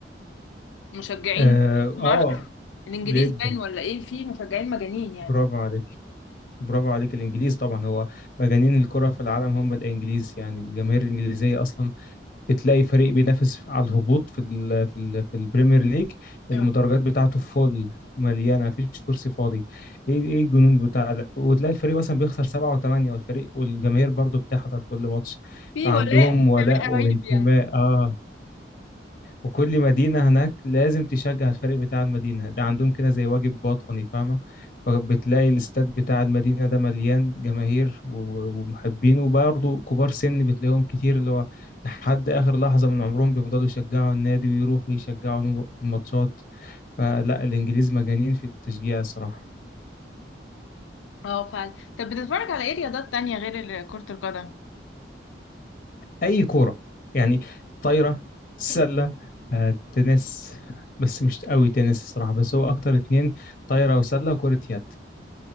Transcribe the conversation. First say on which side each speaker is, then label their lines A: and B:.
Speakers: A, on the left; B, on the left.
A: مشجعين
B: اه آه،
A: ما اعرفش الانجليز
B: جدا
A: باين ولا ايه في مشجعين مجانين يعني
B: برافو عليك برافو عليك الإنجليز طبعا هو مجانين الكرة في العالم هم الإنجليز يعني الجماهير الإنجليزية أصلا بتلاقي فريق بينافس على الهبوط في ال في ال في البريمير ليج المدرجات
A: اه
B: بتاعته فول مليانه مفيش كرسي فاضي ايه ايه الجنون بتاع ده وتلاقي الفريق مثلا بيخسر سبعة وثمانية والفريق والجماهير برضو بتحضر كل ماتش
A: في
B: فعندهم
A: ولاء انتماء
B: ولاء وانتماء
A: رهيب يعني
B: اه وكل مدينة هناك لازم تشجع الفريق بتاع المدينة ده عندهم كده زي واجب باطني فاهمة فبتلاقي الاستاد بتاع المدينة ده مليان جماهير و- ومحبين وبرضه كبار سن بتلاقيهم كتير اللي هو لحد آخر لحظة من عمرهم بيفضلوا يشجعوا النادي ويروحوا يشجعوا الم- في الماتشات فلا الإنجليز مجانين في التشجيع الصراحة
A: اه فعلا طب بتتفرج على ايه رياضات تانية غير ال- كرة القدم
B: أي كورة يعني طايرة سلة آه، تنس بس مش قوي تنس الصراحة بس هو أكتر اتنين طايرة وسلة وكرة يد